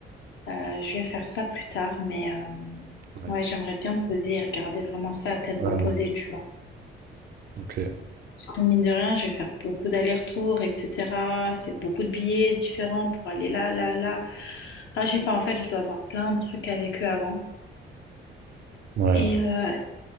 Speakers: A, on the left (about 70°); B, on the right (about 50°).
A: Euh, je vais faire ça plus tard. Mais euh,
B: Ouais.
A: ouais, j'aimerais bien me poser et regarder vraiment ça à tête
B: Ouais,
A: reposée,
B: ouais,
A: tu vois.
B: ok.
A: Parce que mine de rien, je vais faire beaucoup d'allers-retours, etc. C'est beaucoup de billets différents pour aller là, là, là. Enfin, je sais pas, en fait, je dois avoir plein de trucs avec eux avant.
B: Ouais,
A: Et
B: ouais.
A: euh,